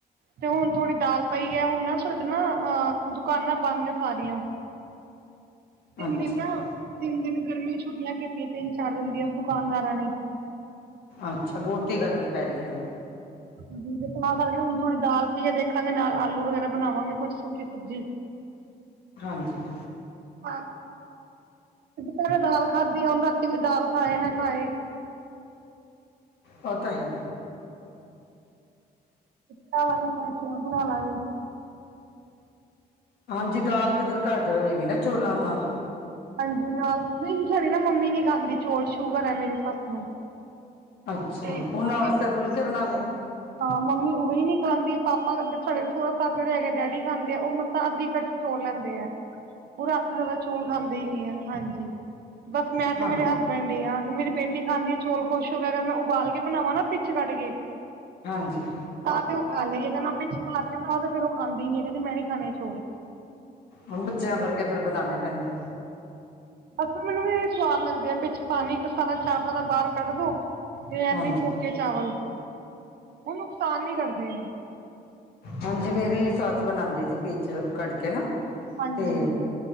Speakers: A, on the right; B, on the left.
A: ਤੇ ਹੁਣ ਥੋੜ੍ਹੀ ਦਾਲ ਪਈ ਹੈ ਹੁਣ ਨਾ ਫਿਰ ਨਾ ਅ ਦੁਕਾਨਾਂ ਬੰਦ ਨੇ ਸਾਰੀਆਂ। ਤਿੰਨ
B: ਅੱਛਾ
A: ਦਿਨ ਨਾ ਤਿੰਨ ਦਿਨ ਗਰਮੀਆਂ ਛੁੱਟੀਆਂ ਕੀਤੀਆਂ ਤਿੰਨ ਚਾਰ ਦਿਨ ਦੀਆਂ ਦੁਕਾਨਦਾਰਾਂ ਨੇ।
B: ਅੱਛਾ, ਬਹੁਤੀ ਗਰਮੀ ਪੈ ਰਹੀ ਹੈ ਨਾ।
A: ਹਾਂਜੀ, ਤਾਂ ਕਰਕੇ ਹੁਣ ਦਾਲ ਪੀਆ ਦੇਖਾਂਗੇ ਨਾਲ ਆਲੂ ਵਗੈਰਾ ਬਣਾਵਾਂਗੇ ਕੁਛ ਸੁਕੀ ਸਬਜ਼ੀ
B: ਹਾਂਜੀ,
A: <inaudible> ਭ ਦਾਲ ਖਾਧੀ ਆ ਉਹਦਾ ਰਾਤੀ ਵੀ ਦਾਲ ਖਾਏ ਨਾ ਖਾਏ।
B: ਓ ਤਾਂ ਹੈ।
A: ਬਣਾਵਾਂਗੇ ਖਣੇ ਚੋਲ ਬਣਾ ਲਾਂਗੇ।
B: ਹਾਂਜੀ, ਦਾਲ ਤੇ ਫਿਰ ਘੱਟ ਹੋਏਗੀ ਨਾ ਚੋਲਾਂ ਨਾਲ
A: ਹਾਂਜੀ, ਨਾਲ ਨਹੀਂ ਸਾਡੀ ਨਾ ਮੰਮੀ ਨੀ ਖਾਂਦੀ ਚੋਲ ਸ਼ੂਗਰ ਹੈ ਮੇਰੀ ਸੱਸ ਨੂੰ
B: ਅੱਛਾ,
A: ਤੇ
B: ਉਹਨਾਂ
A: ਮੰਮੀ
B: ਵਾਸਤੇ
A: ਉਹ
B: ਫੁਲਕੇ ਬਣਾ ਦਿਓ।
A: ਹਾਂ, ਮੰਮੀ ਉਹੀ ਨੀ ਖਾਂਦੀ ਪਾਪ ਸਾਡੇ ਸੋਹਰਾ ਸਾਹਿਬ ਜਿਹੜੇ ਹੈਗੇ ਡੈਡੀ ਖਾਂਦੇ ਆ ਉਹ ਸ <unintelligible> ਦੀ ਕੜਛੀ ਲੈਂਦੇ ਆ ਉਹ ਰਾ। <unintelligible> ਚੋਲ ਖਾਂਦੇ ਹੀ ਨੀ ਹੈ ਹਾਂਜੀ ਬਸ
B: ਹਾਂਜੀ
A: ਮੈਂ ਤੇ ਮੇਰੇ ਹਸਬ ਐ ਤੇ ਮੇਰੀ ਬੇਟੀ ਖਾਂਦੀ ਆ ਚੋਲ ਖੁਸ਼ ਹੋ ਕੇ ਮੈਂ ਉਬਾਲ ਕੇ ਬਣਾਵਾਂ ਨਾ ਪਿੱਛ ਕੱਢ ਕੇ।
B: ਹਾਂਜੀ,
A: ਤਾਂ ਤੇ ਉਹ ਖਾ ਲਈਏ ਕਹਿੰਦਾ ਪਿੱਛ ਮਾਰ ਕੇ ਬਣਾ ਤੇ ਫਿਰ ਉਹ ਖਾਂਦੀ ਨੀ ਕਹਿੰਦੀ ਮੈਂ ਨਹੀਂ ਖਾਣੇ ਆ ਚੌਲ।
B: ਹੁਣ ਬੱਚਿਆਂ ਕਰਕੇ ਫੇਰ ਬਣਾਨਣੇ ਪੈਂਦੇ।
A: ਬਸ ਮੈਨੂੰ ਵੀ ਇਹੀ ਸਵਾਦ ਲੱਗਦੀ ਹੈ ਪਿੱਛ ਪਾਣੀ ਇੱਕ ਸਾਰਾ ਚਾਵਲਾਂ ਦਾ ਬਾਹਰ ਕੱਢ ਦੋ ਤੇ ਐ।
B: ਹਾਂਜੀ
A: ਸ ਚਾਵਲ ਉਹ ਨੁਕਸਾਨ ਨੀ ਕਰਦੇ ਏ।
B: ਹਾਂਜੀ, ਮੇਰੀ ਸੱਸ ਬਣਾਉਂਦੀ ਸੀ ਪਿੱਛ ਕੱਢ ਕੇ ਨਾ
A: ਹਾਂਜੀ।
B: ਤੇ